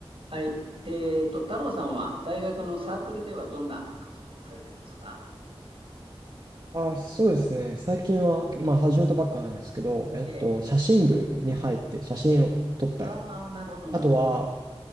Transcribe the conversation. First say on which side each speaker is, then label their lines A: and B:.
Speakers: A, on the right; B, on the right.
A: はい。えっと、太郎さんは大学のサークルではどんな活動をされてますか
B: あ、そうですね。最近は、まあ、始めたばっかなんですけど、えっと、
A: ええ。
B: 写真部に入って写真を撮ったり、
A: ああ、なるほど、
B: あとは、
A: なるほど。